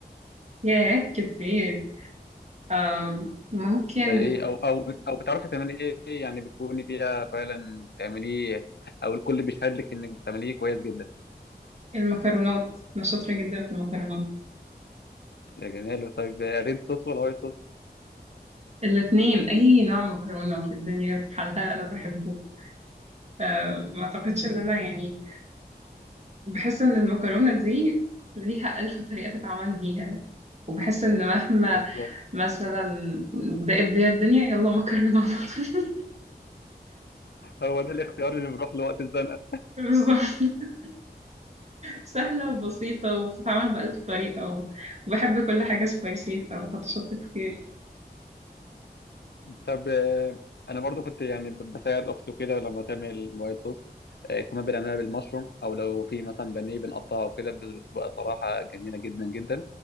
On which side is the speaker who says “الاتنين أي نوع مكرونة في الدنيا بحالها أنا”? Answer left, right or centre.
Right